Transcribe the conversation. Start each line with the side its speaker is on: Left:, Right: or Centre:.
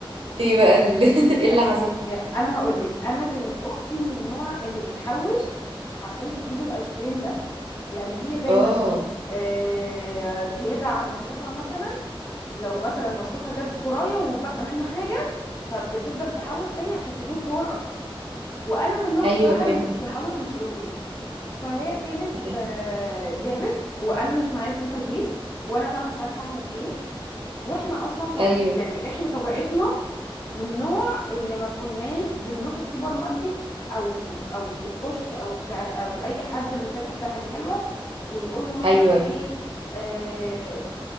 Right: ايه بقى ال- <laughs> ايه اللي
Left: آه
Right: حصل
Left: انا هقول لك انا كانت اختي من النوع اللي بتحوش عشان تجيب الايس كريم ده يعني هي دايما
Right: اه
Left: آه زياده عن مصروفها مثلا لو مثلا مصروفها جاب كرايه وبقى منه حاجه فبتفضل تحوش تاني عشان تجيب كور اكتر وانا من النوع
Right: ايوه
Left: الصراحه
Right: فهمت
Left: اللي ما كنتش بحوش مصروفي فهي كانت
Right: <laughs>
Left: آه، جابت وانا مش معايا فلوس اجيب وانا بقى مش عارفه اعمل ايه واحنا اصلا طب
Right: ايوه
Left: يعني احنا طبيعتنا من نوع اللي ما كناش بنروح السوبر ماركت او او الكشك او ك او اي حد فاتح بتاع حاجه حلوه ونقول له مثلا
Right: ايوه
Left: ايه آه